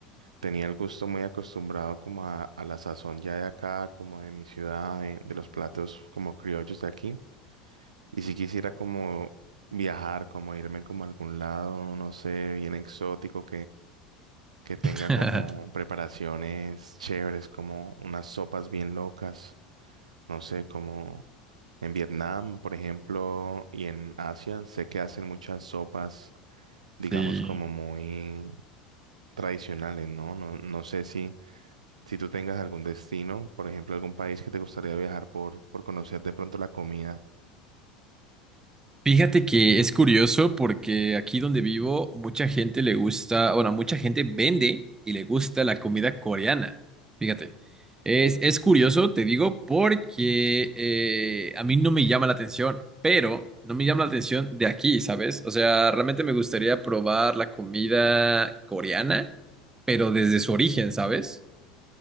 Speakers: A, on the right; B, on the right.
A: tenía el gusto muy acostumbrado como a, a la sazón ya de acá, como de mi ciudad, de, de los platos como criollos de aquí. Y si quisiera como viajar, como irme como a algún lado, no sé, bien exótico que tenga
B: <laughs>
A: como preparaciones chéveres, como unas sopas bien locas, no sé, como en Vietnam, por ejemplo, y en Asia, sé que hacen muchas sopas, digamos,
B: Sí.
A: como muy tradicionales, ¿no? No, no sé si, si tú tengas algún destino, por ejemplo, algún país que te gustaría viajar por, por conocer de pronto la comida.
B: Fíjate que es curioso porque aquí donde vivo, mucha gente le gusta, bueno, mucha gente vende y le gusta la comida coreana. Fíjate. Es, es curioso, te digo, porque eh, a mí no me llama la atención, pero no me llama la atención de aquí, ¿sabes? O sea, realmente me gustaría probar la comida coreana, pero desde su origen, ¿sabes?